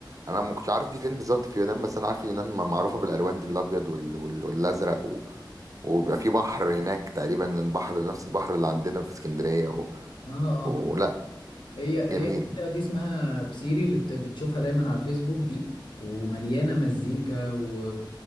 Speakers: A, on the right; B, on the left.
A: انا ما كنتش عارف دي فين بالظبط في اليونان بس انا عارف اليونان م- معروفه بالالوان دي الابيض وال... وال... والازرق و... وبيبقى في بحر هناك تقريبا البحر نفس البحر اللي عندنا في اسكندريه و...
B: اه آه،
A: ولا
B: هي هي
A: جميل
B: المنطقة دي اسمها بسيري اللي بت- بتشوفها دايما على الفيسبوك دي ومليانة مزيكا و...